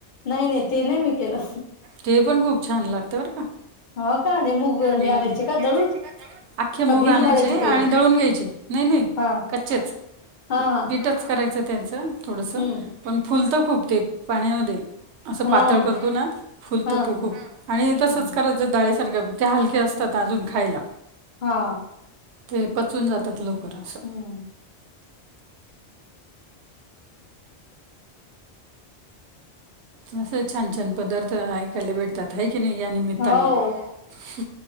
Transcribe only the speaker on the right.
ते पण खूप छान लागतं बर का.
हम्,
<inaudible>
आखे
मूग
आणायचे,
आणि
दळून घ्यायचे. नाही नाही
कच्चेच
पीठच करायचं. त्यांच थोडस
पण फुलत खूप ते पाण्यामध्ये. असं
पातळ करतो ना फुलतं
ते खूप आणि तसंच
करायच डाळी सारख्या ते हलक्या असतात अजून खायला.
ते पचून जातात लवकर अस.
अस छान छान पदार्थ ऐकायला भेट. त्या हय की नाही या निमित्ताने
हा हा. हा